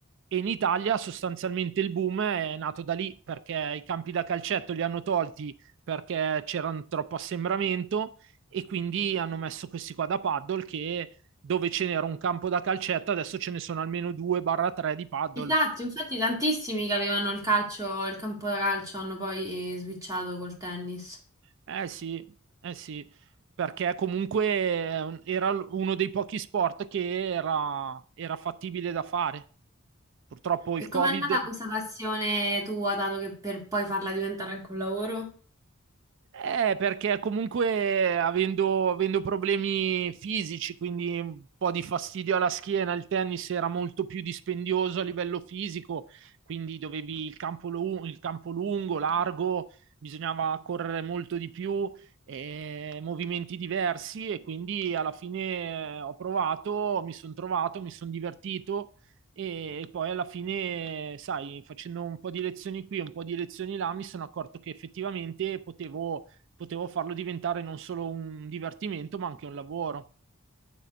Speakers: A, on the right; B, on the right.
A: E in Italia sostanzialmente il boom è nato da lì perché i campi da calcetto li hanno tolti perché c'era un troppo assembramento e quindi hanno messo questi qua da paddle che dove ce n'era un campo da calcetto, adesso ce ne sono almeno 2-3 di paddle.
B: Esatto, infatti tantissimi che avevano il calcio, il campo da calcio hanno poi eh, switchato col tennis.
A: Eh sì, eh sì, perché comunque ehm, era uno dei pochi sport che era, era fattibile da fare. Purtroppo
B: E
A: il Covid
B: com'è nata questa passione tua, dato che per poi farla diventare anche un lavoro?
A: Eh, perché comunque avendo, avendo problemi fisici, quindi un po' di fastidio alla schiena, il tennis era molto più dispendioso a livello fisico, quindi dovevi il campo, lu- il campo lungo, largo, bisognava correre molto di più, eh, movimenti diversi e quindi alla fine eh, ho provato, mi sono trovato, mi sono divertito e poi alla fine, sai, facendo un po' di lezioni qui, un po' di lezioni là, mi sono accorto che effettivamente potevo, potevo farlo diventare non solo un divertimento, ma anche un lavoro.